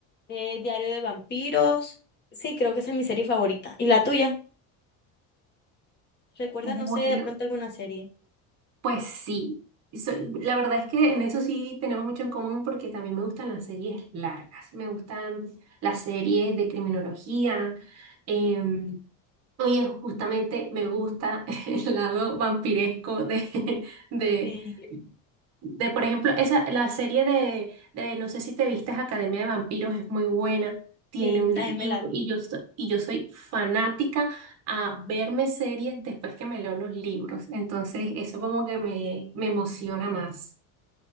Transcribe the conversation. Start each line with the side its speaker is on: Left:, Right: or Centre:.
Left: es Diario de Vampiros. Sí, creo que esa es mi serie favorita. ¿Y la tuya? ¿Recuerdas,
Right: Bueno,
Left: no sé, de pronto alguna serie?
Right: pues sí. Soy- la verdad es que en eso sí tenemos mucho en común porque también me gustan las series largas, me gustan las series de criminología. em, Oye, justamente me gusta <laughs> el lado vampiresco de, de,
Left: Sí.
Right: De, por ejemplo, esa, la serie de, de, no sé si te vistes, Academia de Vampiros es muy buena, tiene
Left: Sí,
Right: un
Left: también
Right: libro
Left: me la vi.
Right: y yo, so- y yo soy fanática a verme series después que me leo los libros, entonces eso como que me, me emociona más.